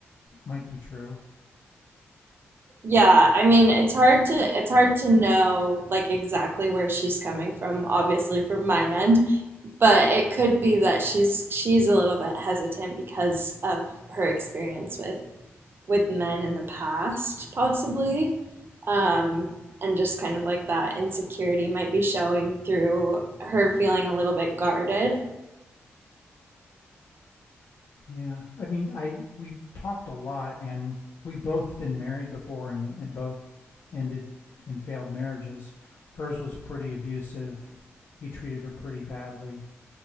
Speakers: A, on the left; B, on the right.
A: might be true
B: Yeah, I mean, it's hard to it's hard to know like exactly where she's coming from obviously from my end but it could be that she's she's a little bit hesitant because of her experience with with men in the past, possibly, um, and just kind of like that insecurity might be showing through her feeling a little bit guarded.
A: Yeah. I mean, I we've talked a lot and we've both been married before and, and both ended in failed marriages. Hers was pretty abusive. He treated her pretty badly.